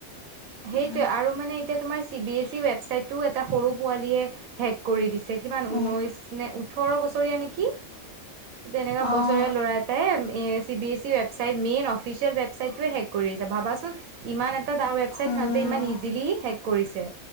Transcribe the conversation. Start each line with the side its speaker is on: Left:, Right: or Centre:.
Right: সেইটোৱে
Left: উম,
Right: আৰু মানে এতিয়া তোমাৰ C B S E website টোও এটা সৰু পোৱালীয়ে হেক কৰি দিছে কিমান
Left: উম,
Right: ঊনৈশ নে ওঠৰ বছৰীয়া নেকি এয়া এনেকুৱা
Left: অ',
Right: বছৰেীয়া ল'ৰা এটাই এ C B S E website main official ৱেবচাইটোৱে হেক কৰি আছে ভাবাচোন ইমান এটা এটা ডৰ ৱেবছাইট
Left: উম।
Right: সিহঁতে ইমান ইজিলি হেক কৰিছে